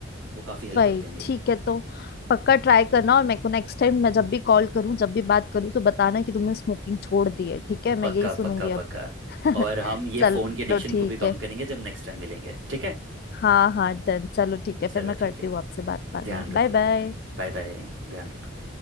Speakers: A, on the right (about 65°); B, on the left (about 50°).
A: वो काफ़ी हेल्प
B: वही
A: करते हैं मेरी
B: ठीक है तो पक्का ट्राई करना और मेरे को नेक्स्ट टाइम मैं जब भी कॉल करूं जब भी बात करूं तो बताना कि तुमने स्मोकिंग छोड़ दी है ठीक है मैं
A: पक्का
B: यही सुनूंगी
A: पक्का पक्का
B: अब <laughs>
A: और हम ये
B: चलो
A: फोन की एडिक्शन
B: ठीक
A: को भी कम
B: है
A: करेंगे जब नेक्स्ट टाइम मिलेंगे ठीक है
B: हाँ हाँ डन चलो ठीक है
A: चलो
B: फिर मैं
A: ठीक
B: करती
A: है
B: हूँ आपसे बात बाद
A: ध्यान
B: में
A: रखो
B: Bye bye
A: Bye bye ध्यान रखो